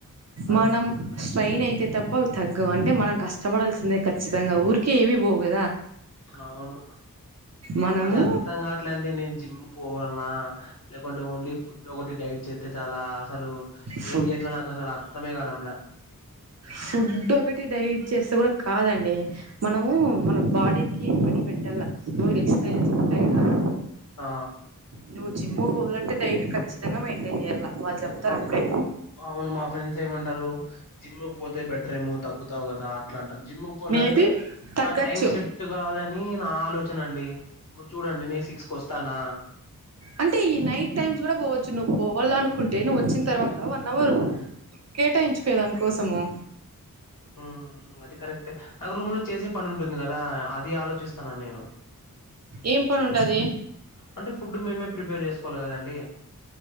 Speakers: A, on the left; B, on the right.
A: ఆ
B: మనం స్ట్రైయిన్ అయితే తప్ప అవి తగము అంటే మనం కష్టపడాల్సిందే ఖచ్చితంగా ఊరికి కేేవి బోవుగద
A: అవును
B: మనము
A: అది అర్థంగాట్ ఇట్లాంటె నేను జిమ్ పోవాలనా లేకుంటే ఓన్లీ ఫుడ్ ఒకటి డైట్ చేస్తే చాలా అసలు
B: ఫుడ్
A: ఏం చేయలో నాకు అసలు అర్థమే కాడంల
B: ఫుడ్ ఒకటి డైట్ చేస్తే కూడా కాదండి మనము
A: హ్మ్.
B: మనం బాడకి పని పెట్టలా ఇప్పుడు ఎక్ససైజ్ ఉంటాయిగాదా
A: ఆ
B: నువ్వు జిమ్ పోవాలంటే డైట్ ఖచ్చితంగా మెయింటైన్ చేయ్యాలా వాళ్ళు చెప్తారు
A: అ
B: అప్పుడే
A: అవును మా ఫ్రెండ్స్ ఏమంటారు జిమ్కి పోతే బెటర్ ఏమో తగ్గుతావు కదా అట్లా జిమ్ కి పోవాలంటే
B: మేబి తగ్గచ్చు
A: నాకు టైం సట్ కా దని నా ఆలోచన అండి ఇప్పుడు చూడండి నేను సిక్స్ కి వస్తానా
B: అంటే ఈ నైట్ టైమ్స్ కూడా పోవచ్చు నువ్వు పోవాల అనుకుంటే నువ్వు వచ్చిన తర్వాత వన్ అవర్ కేటాయించుకో దానికోసము
A: ఉ అది కరెక్ట్ నాకు రూమ్ లో చేసే పని ఉంటుంది కదా అది ఆలోచిస్తున్నా నేను
B: ఏం పని ఉంటది
A: అంటే ఫుడ్ మేమే ప్రిపేర్ చేసుకోవాలి కదండి